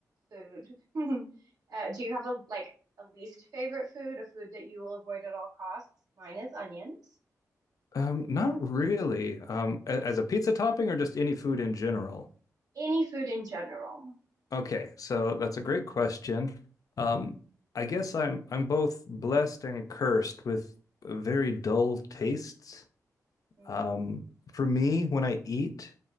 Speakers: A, on the right; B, on the left.
A: food. <laughs> Uh, do you have a like a least favorite food, a food that you will avoid at all costs? Mine is onions.
B: Um, not really. Um, a- as a pizza topping or just any food in general?
A: Any food in general.
B: Okay, so that's a great question. Um, I guess I'm I'm both blessed and cursed with very dull tastes.
A: Hmm.
B: Um, for me, when I eat,